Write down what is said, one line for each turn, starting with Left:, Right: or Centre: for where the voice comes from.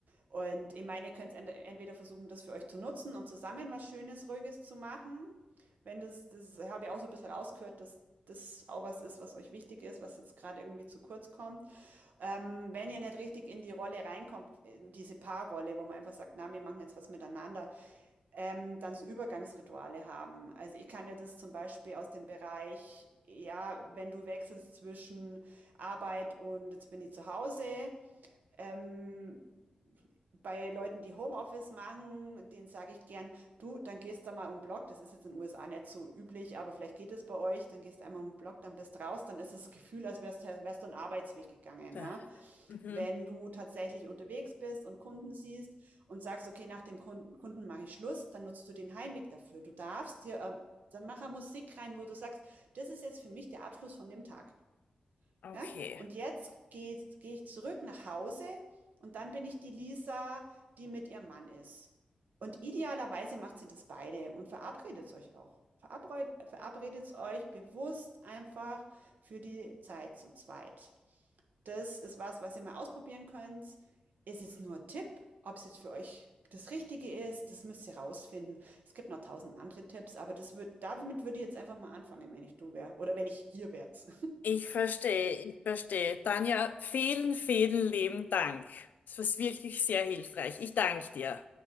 Right: Und ich meine, ihr könnt entweder versuchen, das für euch zu nutzen und zusammen was Schönes, Ruhiges zu machen. Wenn das, das habe ich auch so ein bisschen rausgehört, dass das auch was ist, was euch wichtig ist, was jetzt gerade irgendwie zu kurz kommt. Ähm, wenn ihr nicht richtig in die Rolle reinkommt, in diese Paarrolle, wo man einfach sagt, na, wir machen jetzt was miteinander, ähm, dann so Übergangsrituale haben. Also ich kann ja das zum Beispiel aus dem Bereich, ja, wenn du wechselst zwischen Arbeit und jetzt bin ich zu Hause, ähm, bei Leuten, die Homeoffice machen, denen sage ich gern, du, dann gehst da mal um den Block, das ist jetzt in den USA nicht so üblich, aber vielleicht geht es bei euch, dann gehst einmal um den Block, dann bist raus, dann ist das Gefühl, als wärst, wärst du einen Arbeitsweg gegangen,
Left: Da-
Right: ja.
Left: Mhm.
Right: Wenn du tatsächlich unterwegs bist und Kunden siehst und sagst, okay, nach dem Kunden, Kunden mache ich Schluss, dann nutzt du den Heimweg dafür. Du darfst dir, äh, dann mach Musik rein, wo du sagst, das ist jetzt für mich der Abschluss von dem Tag.
Left: Okay.
Right: Ja? Und jetzt gehe geh ich zurück nach Hause und dann bin ich die Lisa, die mit ihrem Mann ist. Und idealerweise macht sie das beide und verabredet euch auch. Verabredet, verabredet euch bewusst einfach für die Zeit zu zweit. Das ist was, was ihr mal ausprobieren könnt. Ist jetzt nur ein Tipp, ob es jetzt für euch das Richtige ist, das müsst ihr rausfinden. Es gibt noch tausend andere Tipps, aber das würd, damit würde ich jetzt einfach mal anfangen, wenn ich du wäre oder wenn ich ihr wärt.
Left: Ich verstehe, ich verstehe. Tanja, vielen, vielen lieben Dank. Das war wirklich sehr hilfreich. Ich danke dir.